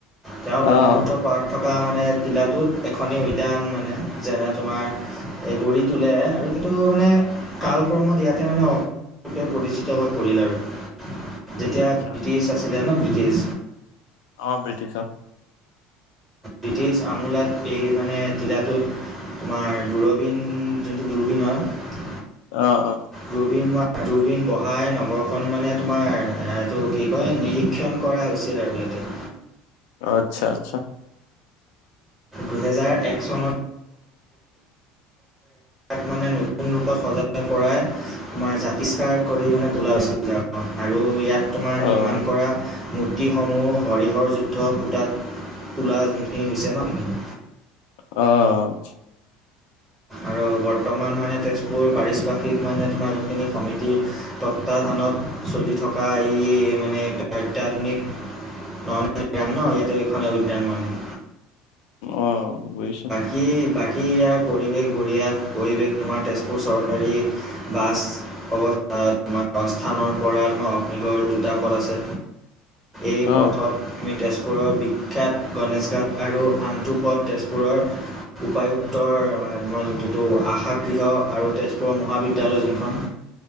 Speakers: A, in the centre; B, on the left.
A: তেওঁ ব্ৰহ্মপুত্ৰৰ
B: অ', অ'।
A: পাৰত থকা মানে টিলাটোত এখনি উদ্যান মানে যেনে তোমাৰ এই গঢ়ি তোলে আৰু সেইটো মানে কাল
B: অ',
A: ক্ৰমত ইয়াতে মানে অগ্নি ৰুপে পৰিচিত হৈ পৰিল আৰু। যেতিয়া
B: আচ্ছা
A: ব্ৰিটিছ
B: আচ্ছা
A: আছিলে ন' ব্ৰিটিছ
B: অ' ব্ৰিটিছ অ'।
A: ব্ৰিটিছ আমোলাত এই মানে তিলাটোত তোমাৰ দূৰবিন যোনটো দূৰবীন হয়
B: অ', অ'।
A: দূৰবিন তোমাৰ দুৰবিন বহাই নগৰখন মানে তোমাৰ এইটো কি কয় নিৰিক্ষ ক্ষন কৰা হৈছিল আৰু ইয়াতে।
B: আচ্ছা, আচ্ছা।
A: দুহেজাৰ এক চনত তাক মানে নতুন ৰূপত সজাই পৰাই তোমাৰ জাতিষ্কাৰ কৰি মানে তোলা হৈছিল <unintelligible> আৰু ইয়াত তোমাৰ নিৰ্মাণ
B: অ',
A: কৰা মূৰ্তিসমূহ হৰিহৰ যুদ্ধ পুতাত তোলা যোনখিনি হৈছে ন' সেইখিনি।
B: অ'।
A: আৰু বৰ্তমান মানে তেজপুৰ পাৰিশপাৰ্শ্বিক মানে তোমাৰ যোনখিনি সমিতি তত্বাৱাধানত চলি থকা এই মানে অত্যাধুনিক <unintelligible> ইয়াতে এইখনে উদ্যান মানে।
B: অ' বুজিছোঁ।
A: কি বাকী ইয়াৰ পৰিৱেশ বঢ়িয়া, পৰিৱেশ তোমাৰ তেজপুৰ চৰকাৰী বাছ <unintelligible> তোমাৰ অস্থানৰ পৰা তোমাৰ অগ্নিগড় দুটা পথ আছে। এই পথত
B: অ',
A: তুমি তেজপুৰৰ বিখ্যাত গণেশ ঘাট আৰু আনটো পথ তেজপুৰৰ উপায়ুক্তৰ মানে তোমাৰ যোনটোটো আশাগৃহ আৰু তেজপুৰৰ মহাবিদ্যালয় যোনখন